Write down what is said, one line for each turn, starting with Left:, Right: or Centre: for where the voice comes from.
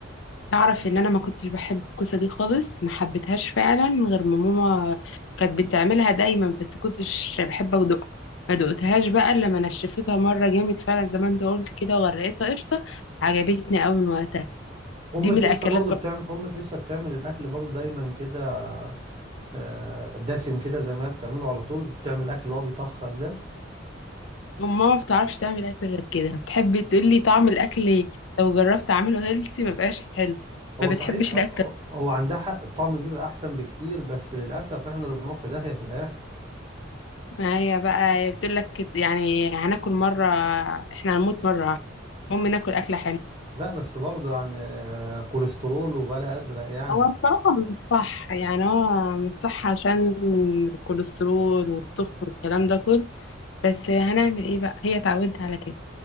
Left: تعرف ان انا ما كنتش بحب الكوسه دي خالص ما حبيتهاش فعلا غير ما ماما كانت بتعملها دايما بس كنتش بحب ادوقها ما دقتهاش بقى الا لما نشفتها مره جامد فعلا زي ما انت قلت كده وغرقتها قشطه عجبتني قوي من وقتها
Right: امك
Left: دي من الاكلات
Right: لسه برضو
Left: برضه
Right: بتعمل امك لسه بتعمل الاكل برضو دايما كده آه، دسم كده زي ما هي بتعمله على طول بتعمل الاكل اللي هو بيطخن ده
Left: ماما ما بتعرفش تعمل اكل غير كده بتحب تقول لي طعم الاكل لو جربت اعمله هيلثي ما بقاش حلو
Right: هو
Left: ما بتحبش
Right: صحيح آه،
Left: الاكل
Right: آه، هو عندها حق الطعم بيبقى احسن بكتير بس للاسف احنا اللي بنروح في داهية في الاخر
Left: ما هي بقى هي بتقول لك يعني هناكل مره احنا هنموت مره المهم ناكل اكله حلوه
Right: لا بس برضه يعني آه، كوليسترول وبلا ازرق يعني
Left: هو الصراحة مش صح يعني هو مش صح عشان الكوليسترول والتخن والكلام ده كله بس هنعمل ايه بقى هي اتعودت على كده